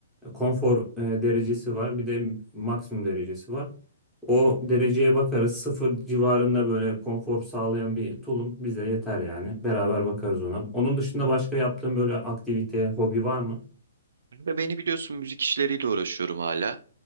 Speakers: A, in the centre; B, on the right.
A: konfor e, derecesi var. Bir de maksimum derecesi var. O dereceye bakarız. Sıfır civarında böyle konfor sağlayan bir tulum bize yeter yani. Beraber bakarız ona. Onun dışında başka yaptığın böyle aktivite, hobi var mı?
B: Ve beni biliyorsun müzik işleriyle uğraşıyorum hala.